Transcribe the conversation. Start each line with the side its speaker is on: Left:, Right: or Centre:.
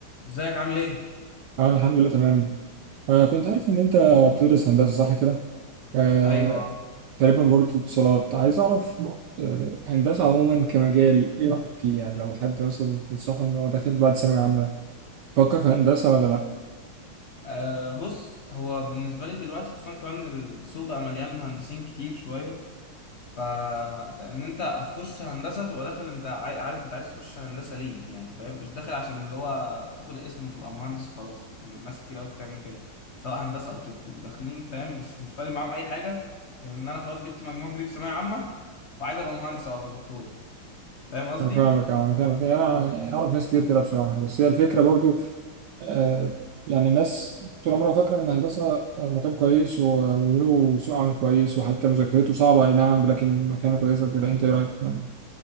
Left: ازيك عامل ايه؟
Right: اه الحمد لله تمام آه كنت عارف ان انت بتدرس هندسة صح كده آه
Left: ايوه
Right: تقريبا برضه اتصالات عايز اعرف آه هندسة عموما كمجال ايه رأيك فيه يعني لو حد مثلا تنصحه ان هو داخل بعد ثانوية عامة فكر في هندسة ولا لا
Left: آه بص هو بالنسبه لي دلوقتي خصوصا كمان السوق بقى مليان مهندسين كتير شويه ف... فان انت هتخش هندسه تبقى داخل انت عاي- عارف انت عايز تخش هندسه ليه يعني فاهم مش داخل عشان اللي هو تاخد اسم وتبقى مهندس وخلاص ناس كتير قوي بتعمل كده سواء هندسه او طب داخلين فاهم مش مش فارق معاهم اي حاجه غير ان انا خلاص جبت مجموع كبير في ثانويه عامه وعايز ابقى مهندس او ابقى دكتور فاهم قصدي؟
Right: انا فاهمك آه، انا فاهمك يعني انا اعرف ناس كتير كده بصراحة بس هي الفكرة برضه آه، يعني الناس طول عمرها فاكرة إن الهندسة آه، مكان كويس و- وله سوق عمل كويس وحتى مذاكرته صعبة أي نعم لكن مكانة كويسة كده أنت إيه رأيك في الكلام ده؟